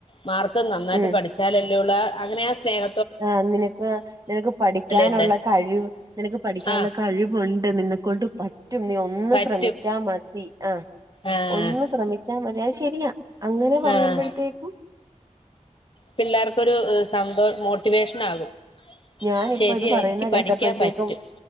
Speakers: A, on the left; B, on the right.
A: മാർക്ക്‌ നന്നായിട്ട്
B: ഉം
A: പഠിച്ചാലല്ലേ ഉള്ളു ആ അങ്ങനെ ആ സ്നേഹ
B: ആഹ് നിനക്ക് നിനക്ക് പഠിക്കാനുള്ള
A: ഉണ്ടേ
B: കഴിവ് നിനക്ക് പഠിക്കാനുള്ള
A: ആഹ്
B: കഴിവ് ഉണ്ട് നിന്നെക്കൊണ്ട് പറ്റും നീ ഒന്ന്
A: പറ്റും
B: ശ്രമിച്ചാൽ മതി ആഹ്
A: ആഹ്
B: ഒന്ന് ശ്രമിച്ചാൽ മതി അത് ശരിയാ അങ്ങനെ പറയുമ്പോഴത്തേക്കും
A: ആഹ് പിള്ളേർക്കൊരു സന്തോഷം മോട്ടിവേഷൻ ആകും
B: ഞാനിപ്പോ
A: ശരിയാ
B: ഇത് പറയുന്ന
A: എനിക്ക്
B: കേട്ടപ്പോഴത്തേക്കും
A: പഠിക്കാൻ പറ്റും